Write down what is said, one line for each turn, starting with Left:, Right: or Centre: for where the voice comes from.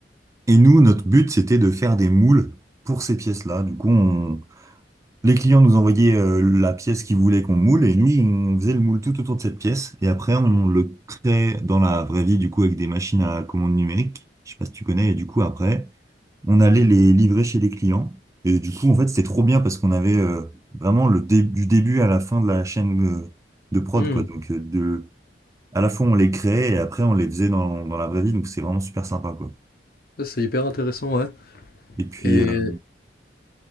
Right: Et nous, notre but, c'était de faire des moules pour ces pièces-là. Du coup, on les clients nous envoyaient euh, la pièce qu'ils voulaient qu'on moule et nous, on faisait le moule tout autour de cette pièce et après, on le créait dans la vraie vie, du coup, avec des machines à commande numérique. Je sais pas si tu connais. Et du coup, après, on allait les livrer chez les clients. Et du coup, en fait, c'était trop bien parce qu'on avait euh, vraiment le dé- du début à la fin de la chaîne euh, de prod,
Left: Hmm,
Right: quoi. Donc, euh, de, à la fois, on les créait et après, on les faisait dans, dans la vraie vie. Donc, c'est vraiment super sympa, quoi.
Left: Ça, c'est hyper intéressant, ouais.
Right: Et puis,
Left: Et...
Right: euh,